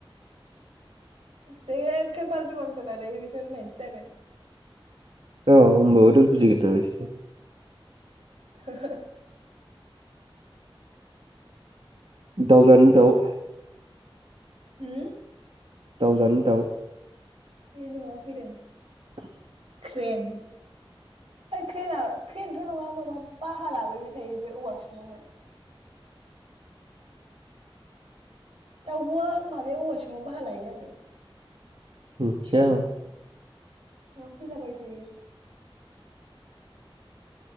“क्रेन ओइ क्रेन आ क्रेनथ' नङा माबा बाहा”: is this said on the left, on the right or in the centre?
Right